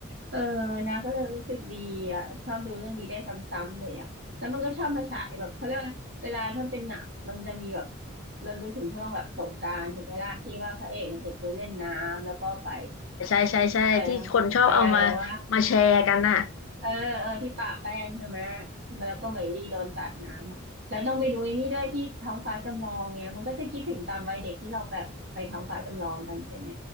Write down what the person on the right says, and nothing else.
เออนาก็เลยรู้สึกดีอะชอบดูเรื่องนี้ได้ซ้ำๆเลยอะแล้วมันก็ชอบมาฉายแบบเขาเรียกว่า เวลาถ้าเป็นหนังมันจะมีแบบเรารู้ถึงเรื่องแบบสงกรานต์ถูกไหมล่ะที่ว่าพระเอกนางเอกไปเล่นน้ำแล้วก็ไป
อะไรนะไปอะไรว่า
เออเออที่ปะแป้งใช่ไหมมาแล้วก็เหมยลี่โดนสาดน้ำอ่ะแล้วต้องไปดูไอ้นี่ด้วยที่ท้องฟ้าจำลองเงี้ยมันก็จะคิดถึงตอนวัยเด็กที่เราแบบไปท้องฟ้าจำลองกันใช่ไหม